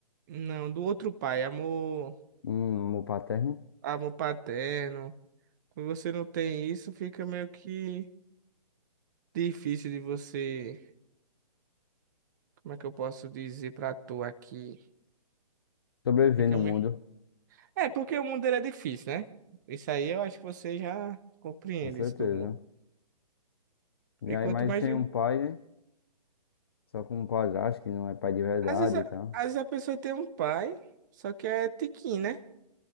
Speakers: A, on the right (about 25°); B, on the left (about 35°).
A: não, do outro pai, amor,
B: Um amor paterno.
A: amor paterno. Quando você não tem isso, fica meio que difícil de você, como é que eu posso dizer pra tu aqui?
B: Sobreviver
A: Fica
B: no
A: meio...
B: mundo,
A: É porque o mundo ele é difícil, né? Isso aí eu acho que você já compreende
B: com certeza.
A: isso do mundo.
B: E
A: E
B: aí,
A: quanto
B: mais
A: mais
B: sem
A: de...
B: um pai, né? só como padrasto, que não é pai de verdade
A: Às vezes, a-
B: e tal.
A: às vezes a pessoa tem um pai, só que é tiquinho, né?